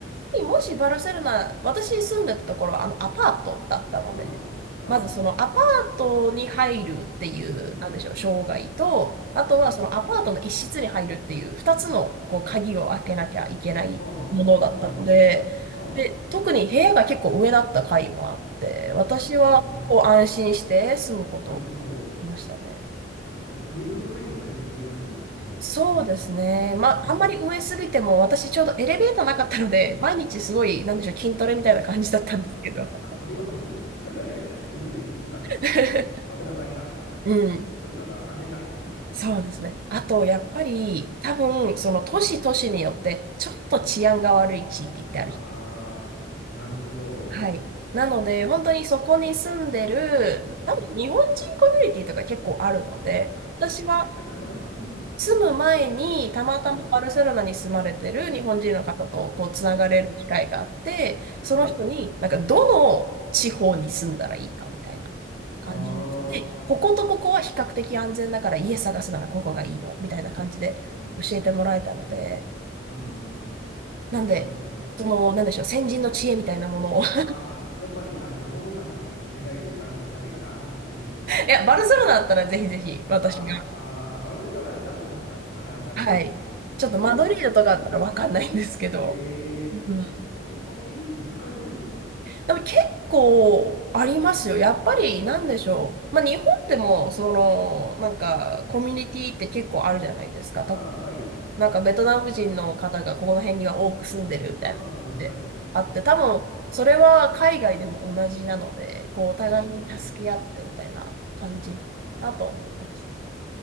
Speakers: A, on the right; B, on the left.
A: 的にもしバルセロナ、私住んでたところはあのアパートだったので、
B: ああ、
A: まずそのアパートに入るっていう、
B: はいはい。うん、
A: なんでしょう、障害と、あとはそのアパートの一室に入るっていう2つのこう鍵を開けなきゃいけないものだったので、
B: うん。はあ、はあ、はいはい。
A: で、
B: は
A: 特に部屋が結構上だった階もあって、私はこう安心して住むことを
B: あ、はあ、なるほど。
A: しましたね。
B: あ、じゃあ上の階をなるべく選ぶようにすればいいんですかね。
A: そうですね。まあ、
B: あー
A: あんまり上すぎても、私ちょうどエレベーターなかったので、<laughs> 毎日すごい、なんでしょう、筋トレみたいな感じだったんですけど。
B: あ、あ、それはさせます。<laughs> 娘に言います。
A: <laughs>
B: 危なくないんだって。
A: うん、
B: そ、そっちの方が安全だっていう。
A: そうですね。あと、やっぱり、多分、その都市都市によって、ちょっと治安が悪い地域ってある。
B: ああ、なるほど。
A: はい。なので、
B: いや
A: 本当にそこに住んでる、
B: はい。
A: 多分、日本人コミュニティとか結構あるので、
B: あ、
A: 私は
B: あるんです。あ、なるほど。は
A: 住む前に、たまたまバルセロナに住まれてる日本人の方とこうつながれる機会があって、
B: あ、は
A: その人に、
B: あ、は
A: なんかどの地方に住んだらいいかみたいな感じで、
B: あ、
A: でこことここは比較的安全だから家探すならここがいいよみたいな感じで教えてもらえたので、
B: はあ、はあ、はあ、はあなるほど。
A: なんで、その、なんでしょう、先人の知恵みたいなものを <laughs> い
B: ああ、やっぱり、あ、じゃあ、ももかさんにお願いしようかな。それダメかな。うちの娘。
A: や、バルセロナだったらぜひぜひ私が、
B: <laughs> ああ、ああ、バルセロナだったらももかさんで。はい、なるほど。
A: はい、ちょっとマドリードとかだったらわかんないんですけど、
B: そういうの、はい、えー、
A: うん
B: そういうコミュニティって見つかるもんですか
A: でも結構ありますよ。やっぱりなんでしょう。
B: うん
A: まあ日本でもそのなんかコミュニティって結構あるじゃないですか。
B: ああはい。
A: たなんかベトナム人の方がここの辺には多く住んでるみたいな感じであって、
B: ああ、はいはいはい。
A: 多分それは海外でも同じなので、
B: はい。
A: こうお互いに助け合ってみたいな感じだと思います。
B: あああ、は